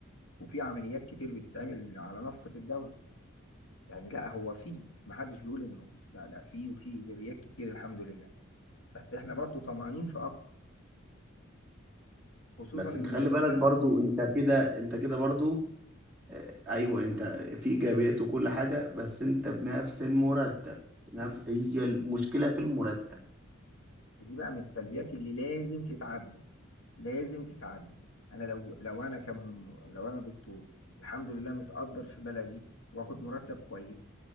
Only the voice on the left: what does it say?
وفي عمليات كتير بتتعمل على نفقة الدولة يعني لا هو فيه محدش بيقول ان مفيش لا لا فيه وفيه ايجابيات كتير الحمد لله بس احنا برضو طمعانين في اكتر خصوصا
ان
المستشفيات
دي بقى من السلبيات اللي لازم تتعدل لازم تتعدل انا لو لو انا كم لو انا دكتور الحمد لله متقدر في بلدي واخد مرتب كويس